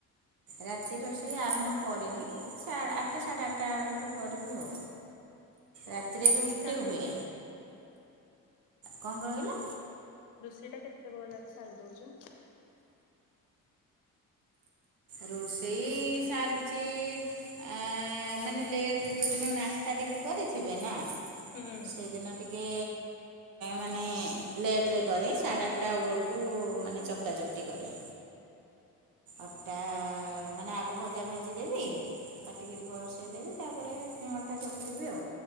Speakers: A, on the right; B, on the left.
A: ରାତି ରୋଷେଇ ଆରମ୍ଭ କରିନି, ସାଢ଼ ଆଠଟା ସାଢେ ଆଠଟା ଆଡ଼କୁ କରିବି ଆଉ।
B: ଓ
A: ରାତିରେ
B: କେତେ
A: ରୁଟି
B: ଠିକି ସାରି
A: ହୁଏ।
B: ଦଉଛ
A: କଣ କହିଲ?
B: ରୋଷେଇ ଟା କେତେବେଳେ ଯାକେ ସାରି ଦଉଚ?
A: ରୋଷେଇ ସାରୁଚି ଆ ମାନେ ଲେଟ୍ ରେ ଯୋଉ ଦିନ ନାସ୍ତା ଟିକେ କରିିଥିବେ ନା,
B: ହୁଁ
A: ସେଦିନ ଟିକେ ମାନେ ଲେଟ୍ ରେ କରେ, ସାଢ଼େ ଆଠଟା ବଳକୁ ମାନେ ଚକଟା ଚକୁଟି କରେ। ଅଟା ମାନେ ଆଗ ଭଜା ଭାଜି ଦେବି କାଟିକିରି ବସେଇ ଦେବି, ତାପରେ ଅଟା ଚକୁଟି ବି ଆଉ।